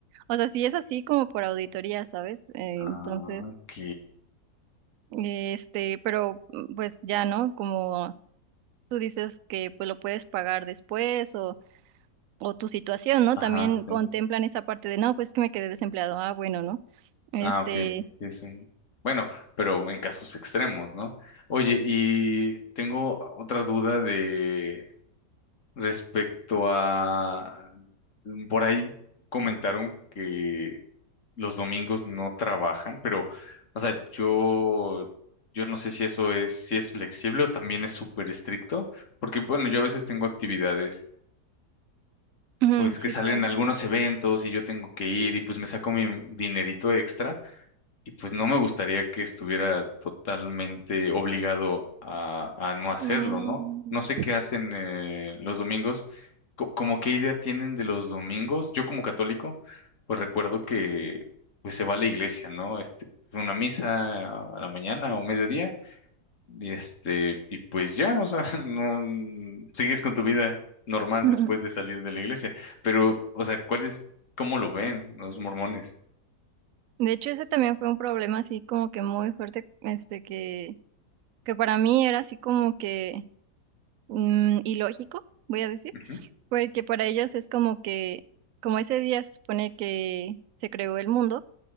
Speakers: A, on the right; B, on the left.
A: O sea, sí es así como por auditoría, ¿sabes? Eh,
B: Ah,
A: entonces...
B: ok.
A: Este, pero mm, pues ya, ¿no? Como tú dices que pues lo puedes pagar después o, o tu situación, ¿no?
B: Ajá,
A: También contemplan
B: sí.
A: esa parte de, no, pues que me quedé desempleado. Ah, bueno, ¿no? Este,
B: Ah, ok. Es un... Bueno, pero en casos extremos, ¿no? Oye, y tengo otra duda de respecto a... Por ahí comentaron que los domingos no trabajan, pero, o sea, yo, yo no sé si eso es, si es flexible o también es súper estricto, porque, bueno, yo a veces tengo actividades
A: ujú,
B: pues
A: sí,
B: que salen
A: claro.
B: algunos eventos y yo tengo que ir y pues me saco mi dinerito extra y pues no me gustaría que estuviera totalmente obligado a, a no hacerlo,
A: Mm.
B: ¿no? No sé qué hacen eh, los domingos, co- como qué idea tienen de los domingos. Yo como católico, pues recuerdo que pues se va a la iglesia, ¿no? Este, una misa a la mañana o mediodía y este, y pues ya, o sea, <laughs> no n- sigues con tu vida normal
A: <laughs>
B: después de salir de la iglesia. Pero, o sea, ¿cuál es, cómo lo ven los mormones?
A: De hecho, ese también fue un problema así como que muy fuerte, este, que, que para mí era así como que mm, ilógico, voy a decir,
B: Ujú,
A: porque para ellos es como que, como ese día se supone que se creó el mundo.